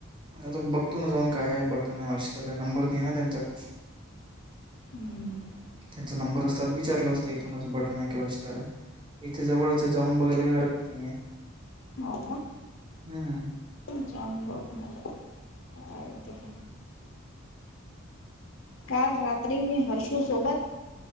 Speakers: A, on the right (about 25°); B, on the left (about 70°).
A: आ बघतो ना जाऊन काय आहे बटन आहेशतर आहे नंबर नाही आहे ना त्यांचा पण
B: हम्म.
A: त्यांचा नंबर असतात विचारला असतं इथून असं बटन आहे किंवा इतर आहे. इथे जवळचे जाऊन बघायला काही हरकत नाहीेये
B: हो का.
A: हम्.
B: जाऊन बक नाते का काल रात्री मी हर्षू सोबत